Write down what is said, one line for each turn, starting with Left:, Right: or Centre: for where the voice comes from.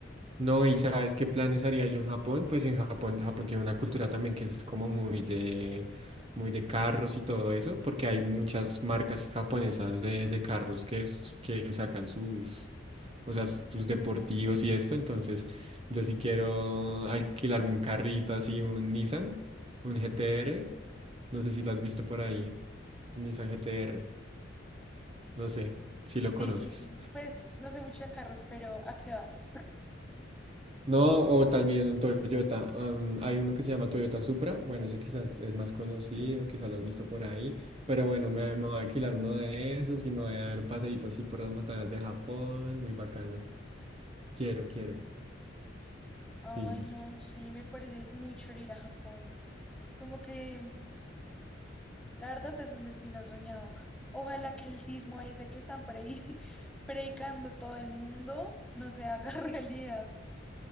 Right: No, y sabes qué planes haría yo en Japón, pues en Japón, Japón tiene una cultura también que es como muy de, muy de carros y todo eso, porque hay muchas marcas japonesas de, de carros que, es- que sacan sus, o sea, sus deportivos y esto, entonces yo sí quiero alquilarme un carrito así, un Nissan, un GTR, no sé si lo has visto por ahí, un Nissan GTR, no sé si lo
Centre: Sí,
Right: conoces.
Centre: sí, sí. Pues no sé mucho de carros, pero ¿a qué vas?
Right: No, o también un Toyota. am, hay uno que se llama Toyota Supra. Bueno, ese quizás es más conocido, quizás lo has visto por ahí. Pero bueno, me, me voy a alquilar uno de esos y me voy a dar un paseíto así por las montañas de Japón. Muy bacano. Quiero, quiero.
Centre: Ay,
Right: Sí.
Centre: no, sí, me parece mucho el ir a Japón. Como que la verdad es un destino soñado. Ojalá que el sismo ese que están predi- <laughs> predicando todo el mundo no se haga <laughs> realidad.